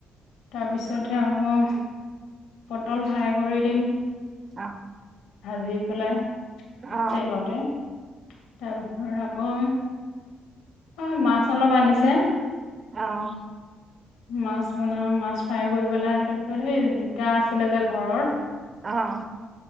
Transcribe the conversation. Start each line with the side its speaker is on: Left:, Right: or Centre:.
Left: তাৰপিছতহে আকৌ পটল ফ্ৰাই কৰি দিম।
Right: অ
Left: ভাজি পেলাই
Right: অ
Left: তেলতে তাৰপিছৰত। অ অ' মাছ অলপ আনিছে।
Right: অহ
Left: মাছ বনাম মাছ। খাই গৈ পেলাই। ত সেই জিকা আছিলে যে ঘৰৰ,
Right: অহ,